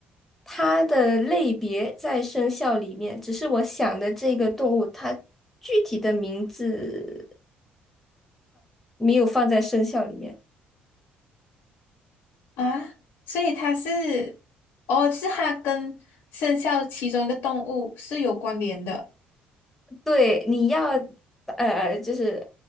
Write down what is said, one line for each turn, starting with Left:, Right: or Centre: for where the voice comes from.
Centre: 它的类别在生肖里面，只是我想的这个动物，它具体的名字没有放在生肖里面。
Left: 啊，所以它是哦，是它跟生肖其中一个动物是有关联的。
Centre: 对，你要呃，就是